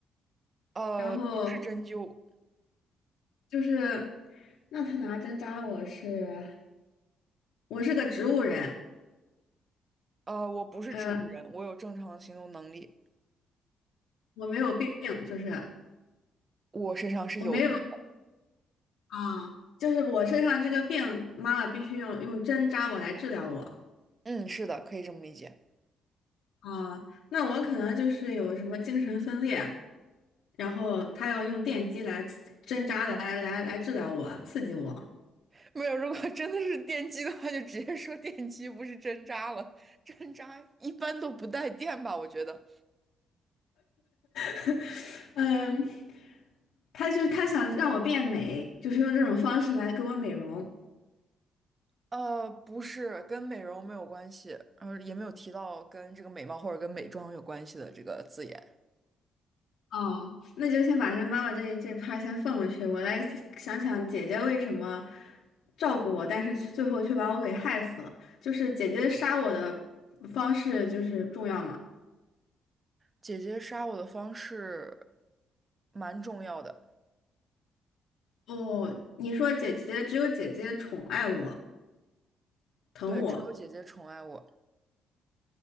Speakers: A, on the right (about 30°); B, on the left (about 85°).
A: 呃，
B: 然后
A: 不是针灸，
B: 就是，那他拿针扎我是，我是个植物人，
A: 呃，我不是植物人，
B: 呃，
A: 我有正常的行动能力，
B: 我没有病，就是
A: 我身上是有病
B: 我没有啊，就是我身上这个病，妈妈必须用用针扎我来治疗我
A: 嗯，是的，可以这么理解。
B: 啊，那我可能就是有什么精神分裂，然后他要用电击来刺针扎来来来治疗我，刺激我，
A: <laughs> 没有，如果 <laughs> 真的是电击的话，就直接说电击，不是针扎了。针扎一般都不带电吧？我觉得，
B: <laughs> 嗯，他就他想让我变美，就是用这种方式来给我美容。
A: 呃，不是，跟美容没有关系，呃，也没有提到跟这个美貌或者跟美妆有关系的这个字眼。
B: 哦，那就先把这妈妈这这趴先放过去，我来想想姐姐为什么照顾我，但是却最后却把我给害死了。就是姐姐杀我的方式就是重要嘛。
A: 姐姐杀我的方式蛮重要的，
B: 哦，你说姐姐只有姐姐宠爱我、疼我，
A: 对，只有姐姐宠爱我，